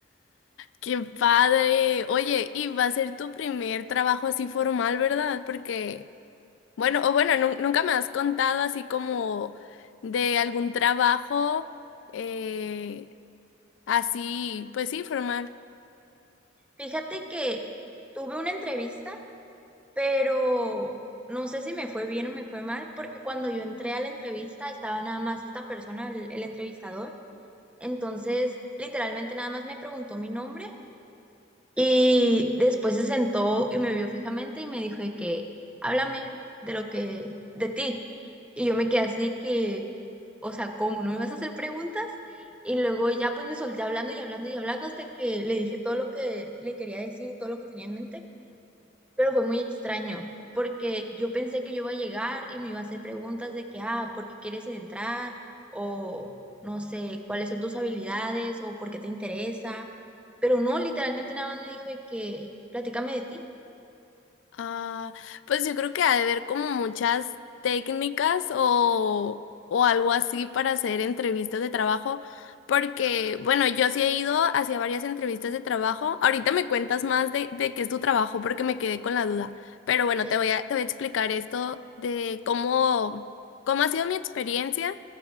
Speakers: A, on the left; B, in the centre.
A: ¡Qué padre! Oye, y va a ser tu primer trabajo así formal, ¿verdad? Porque, bueno, o bueno, nun- nunca me has contado así como de algún trabajo eh, así, pues sí, formal.
B: Fíjate que tuve una entrevista, pero no sé si me fue bien o me fue mal, porque cuando yo entré a la entrevista estaba nada más esta persona, el, el entrevistador, entonces literalmente nada más me preguntó mi nombre Y después se sentó y me vio fijamente y me dijo de que, háblame de lo que, de ti. Y yo me quedé así que, o sea, ¿cómo? ¿No me vas a hacer preguntas? Y luego ya pues me solté hablando y hablando y hablando hasta que le dije todo lo que le quería decir y todo lo que tenía en mente. Pero fue muy extraño, porque yo pensé que yo iba a llegar y me iba a hacer preguntas de que, ah, ¿por qué quieres entrar? O no sé, ¿cuáles son tus habilidades? O ¿por qué te interesa? Pero no, literalmente nada más me dijo de que, platícame de ti.
A: Ah, pues yo creo que ha de haber como muchas técnicas o, o algo así para hacer entrevistas de trabajo, porque bueno, yo sí he ido hacia varias entrevistas de trabajo. Ahorita me cuentas más de, de qué es tu trabajo porque me quedé con la duda, pero bueno,
B: Sí,
A: te voy a, te voy a explicar esto de cómo, cómo ha sido mi experiencia